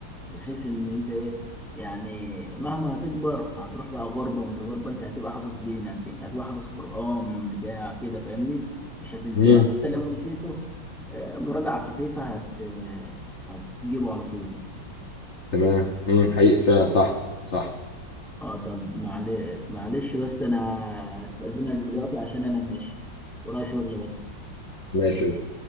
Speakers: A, in the centre; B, on the left.
A: بحيث ان انت ايه يعني مهما هتكبر هتروح بقى غربه مش غربه انت هتبقى حافظ دينك يعني هتبقى حافظ قران بتاع كده فاهمني مش هتنساه
B: امم
A: حتى لو نسيته آه، مراجعه خفيفه هت آه، هتجيبه على طول
B: تمام امم حقيقي فعلا صح صح
A: اه طب معل... معلش بس انا استأذنك دلوقتي عشان انا ماشي ورايا شغل بس
B: ماشي